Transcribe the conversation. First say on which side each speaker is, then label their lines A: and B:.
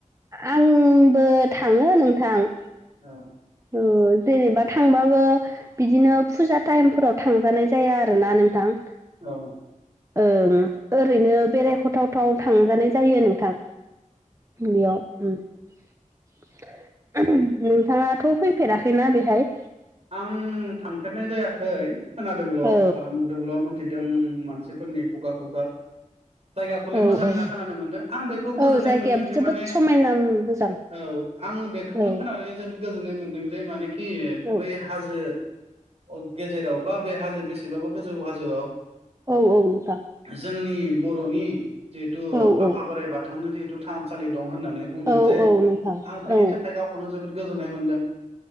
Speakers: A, on the right; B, on the right.
A: आंबो थाङो नोंथां।
B: औ
A: औ जेनेबा थांबाबो बिदिनो फुजा टाइमफोराव थांजानाय जाया आरोना नोंथां।
B: औ
A: ओं ओरैनो बेरायखथावथाव थांजानाय जायो नोंथां। बियाव। नोंथाङाथ' फैफेराखैना बेहाय?
B: आं थांफेरनाय जायाखै खोनादोंल'
A: औ
B: ब जोंल' मोनथिदों मानसिफोरनि खुगा-खुगा जायगाखौलाय
A: औ
B: मोजां
A: औ
B: होनना खोनानो मोनदों आं बेखौ
A: औ
B: गोजोननाय
A: जायगाया
B: मोनदों। जे
A: जोबोद
B: माने
A: समायना मोजां
B: औ आं बेखौनो
A: औ
B: खोनानानै जोबोद गोजोननाय मोनदों। जे मानेखि
A: औ
B: बै हाजो गेजेराव बा बे हाजो बेसेबाबा गोजौ हाजोआव
A: औ-औ नोंथां।
B: जोंनि बर'नि जिहेथु
A: औ
B: आफा
A: औ
B: बोराइ बाथौनि जिहेथु थानसालि दं होननानै बुंदों
A: औ
B: जे
A: औ नोंथां
B: आं बिनि
A: औ
B: थाखाय गावखौनो जोबोद गोजोननाय मोनदों।